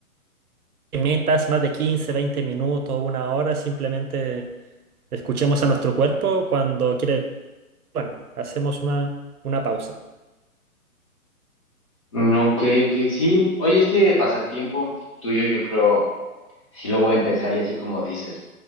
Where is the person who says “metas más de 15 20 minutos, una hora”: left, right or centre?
Right